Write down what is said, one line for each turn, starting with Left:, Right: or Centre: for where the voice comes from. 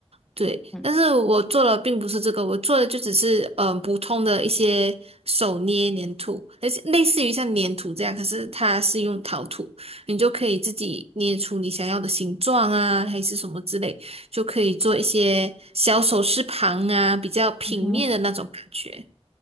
Right: 对，
Centre: 嗯
Right: 但是我做的并不是这个，我做的就只是嗯、呃普通的一些手捏粘土，而且类似于像粘土这样，可是它是用陶土，你就可以自己捏出你想要的形状啊，还是什么之类，就可以做一些小首饰盘啊，比较平面的那种感觉。
Centre: 嗯哼，